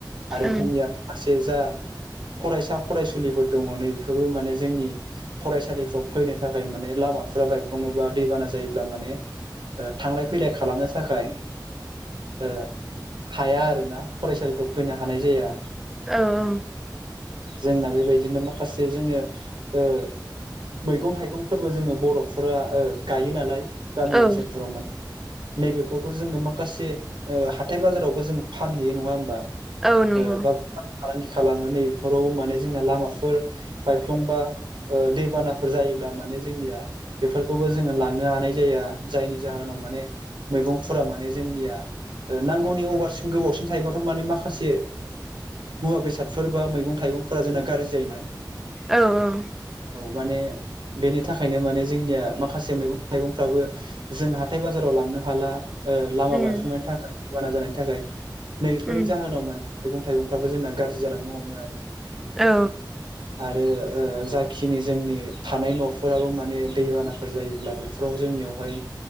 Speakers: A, on the right; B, in the centre.
A: आरो
B: ओं
A: जोंनिया माखासे जा फरायसा फरायसुलिफोर दङ' नै बेफोरबो माने जोंनि फरायसालिफ्राव फैनो थाखाय माने लामाफोरा बायफ्ल'ङोबा दैबाना जायोब्ला माने ओ थांलाय फैलाय खालामनो थाखाय ओ हाया आरोना फरायसालिफोराव फैनो हानाय जाया।
B: औ औ
A: जोंना बेबायदिनो माखासे जोङो ओ मैगं थाइगंफोरबो जोङो बर'फोरा गायो नालाय गामि
B: औ
A: ओनसोलफोराव माने नैबेफोरखौ जोङो माखासे हाथाय बाजारावबो जों फानहैयो नङा होमबा
B: औ नंगौ
A: बा बेफार फालांगि खालामो नै बेफोरावबो माने जोंना लामा फोर बायफ्लंबा दैबानाफोर जायोब्ला माने जोंनिया बेफोरखौबो जोङो लांनो हानाय जाया जायनि जाहोनाव माने मैगंफोरा माने जोंनिया नांगौनि अभारसिन गोबावसिम थायोबाथ' माने माखासे मुवा बेसादफोर बा मैगं थाइगंफोरा जोंना गाज्रि जायोनाय
B: औ औ
A: औ माने बेनि थाखायनो माने जोंनिया माखासे मैगं थाइगंफ्राबो जों हाथाय बाजाराव लांनो हाला लामा
B: उम
A: बायफ्लंनायनि थाखाय दैबाना जानायनि थाखाय नैबेफोरनि
B: उम
A: जाहोनाव मान मैगं थाइगंफ्राबो जोंना गाज्रि जालांनो हमो आरो
B: औ
A: आरो ओ जाखिनि जोंनि थानाय न'फोराबो माने दैबानाफोर जायोब्ला बे फ्राव जोंनियावहाय